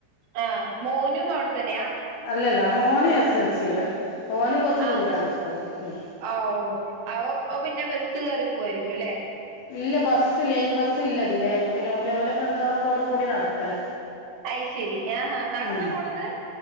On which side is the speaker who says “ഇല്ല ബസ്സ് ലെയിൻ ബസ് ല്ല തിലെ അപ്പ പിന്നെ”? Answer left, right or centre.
Left